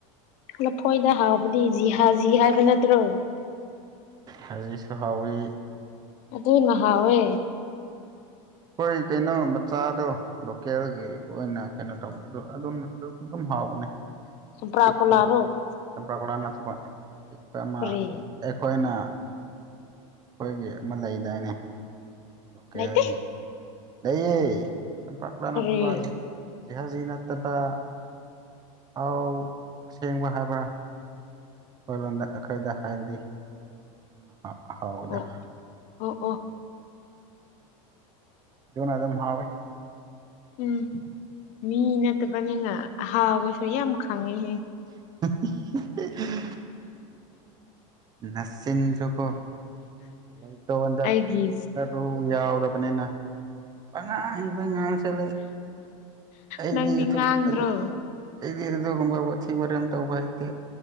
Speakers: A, on the left; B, on the right.
A: ꯂꯐꯣꯏꯗ ꯍꯥꯎꯕꯗꯤ ꯖꯤꯍꯥ ꯖꯤ ꯍꯥꯏꯕ ꯅꯠꯇ꯭ꯔꯣ
B: ꯍꯥꯏꯖꯤꯛꯁꯨ ꯍꯥꯎꯋꯤ
A: ꯑꯗꯨ ꯃꯍ ꯍꯥꯎꯋꯦ
B: ꯍꯣꯏ ꯀꯩꯅꯣ ꯃꯆꯥꯗꯣ ꯂꯣꯀꯦꯜꯒꯤ ꯑꯣꯏꯅ ꯀꯩꯅꯣ ꯇꯧꯕ ꯑꯗ ꯑꯗꯨ ꯑꯗꯨ ꯑꯗꯨꯝ ꯍꯥꯎꯕꯅꯦ
A: ꯆꯝꯄ꯭ꯔꯥ
B: ꯄꯤꯛꯄꯗ
A: ꯀꯣꯂꯥꯔꯣ
B: ꯆꯝꯄ꯭ꯔꯥꯀꯂꯥ ꯅꯠꯇꯕ ꯄꯤꯛꯄ ꯑꯃ
A: ꯀꯔꯤ
B: ꯑꯩꯈꯣꯏꯅ ꯑꯩꯈꯣꯏꯒꯤ ꯑꯃ ꯂꯩꯗꯥꯏꯅꯦ ꯂꯣꯀꯦꯜꯒꯤ
A: ꯂꯩꯇꯦ
B: ꯂꯩꯌꯦ ꯆꯝꯄ꯭ꯔꯀꯂꯥ ꯅꯠꯇꯕ
A: ꯀꯔꯤ
B: ꯍꯧ ꯖꯤꯍꯥꯖꯤ ꯅꯠꯇꯕ ꯑꯥꯎ ꯁꯦꯡꯕ ꯍꯥꯏꯕ꯭ꯔꯥ ꯑꯩꯈꯣꯏ ꯂꯣꯗ ꯑꯩꯈꯣꯏꯗ ꯍꯥꯏꯔꯗꯤ ꯑꯗꯨꯅ ꯍꯥꯎꯋꯤꯗ
A: ꯑꯣ ꯑꯣ ꯑꯣ
B: ꯅ ꯑꯗꯨ ꯑꯗꯨꯝ ꯍꯥꯎꯦ
A: ꯎꯝ ꯃꯤ ꯅꯠꯇꯕꯅꯤꯅ ꯍꯥꯎꯕꯁꯨ ꯌꯥꯝ ꯈꯪꯉꯤꯍꯦ
B: <unintelligible> ꯅꯁꯤꯟꯁꯨꯀꯣ ꯂꯩꯇꯣꯗ
A: ꯑꯩꯒꯤ
B: ꯁꯔꯨ ꯌꯥꯎꯗꯕꯅꯦꯅ ꯄꯉꯥꯡ ꯑꯛꯇ ꯉꯥꯡꯁꯤꯂꯦ ꯑꯩꯗꯤ
A: ꯅꯪꯗꯤ
B: ꯑꯗꯨ
A: ꯉꯥꯡꯗ꯭ꯔꯣ
B: ꯑꯗꯨ ꯑꯩꯗꯤ ꯑꯗꯨꯒꯨꯝꯕ ꯋꯥꯊꯤ ꯋꯔꯦꯟ ꯇꯧꯕ ꯍꯥꯏꯇꯦ